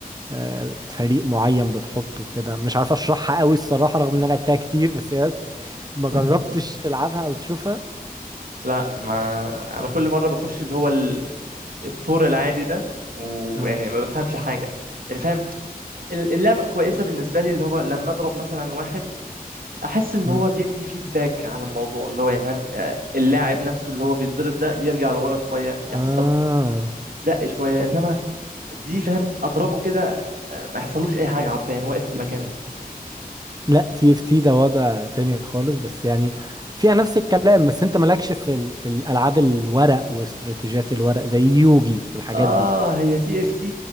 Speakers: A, on the right; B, on the right.
A: آه، فريق معين بتحطه كده مش عارف أشرحها قوي الصراحة رغم إن أنا لعبتها كتير بس هي ما
B: <laughs>
A: جربتش تلعبها أو تشوفها
B: لا ما انا كل مره بخش اللي هو ال... التور العادي ده ويعني
A: آه.
B: ما بفهمش حاجه يعني فاهم ال- اللعبة الكويسة بالنسبة لي اللي هو لما أضرب مثلا واحد أحس إن
A: مم.
B: هو بيدي فيدباك على الموضوع اللي هو يعني فاهم آه، اللاعب نفسه اللي هو بيتضرب ده يرجع لورا شوية يحصل
A: آه
B: له يتزق شوية إنما دي فاهم أضربه كده آه، ما يحصلوش أي حاجة حرفيا يعني واقف في مكانه
A: لا تي اف تي ده وضع تاني خالص بس يعني فيها نفس الكلام بس انت مالكش في ال... في الالعاب الورق واستراتيجيات الورق زي يوجي والحاجات
B: آه
A: دي
B: هي تي إف تي